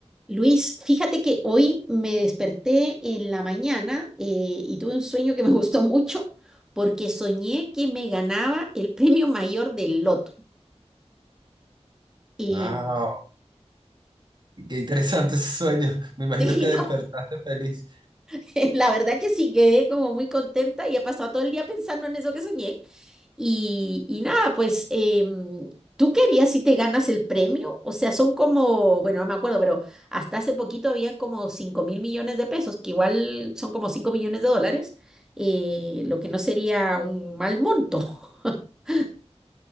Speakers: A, in the centre; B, on the right.
A: Luis, fíjate que hoy me desperté en la mañana eh, y tuve un sueño que me <laughs> gustó mucho porque soñé que me ganaba el premio mayor del loto. Y,
B: Wow, qué interesante ese sueño. <laughs> Me imagino
A: <laughs> sí,
B: que despertaste feliz.
A: <laughs> La verdad que sí, quedé como muy contenta y he pasado todo el día pensando en eso que soñé. Y, y nada, pues, em, ¿tú qué harías si te ganas el premio? O sea, son como, bueno, no me acuerdo, pero hasta hace poquito habían como cinco mil millones de pesos, que igual son como 5 millones de dólares, eh, lo que no sería un mal monto. <laughs>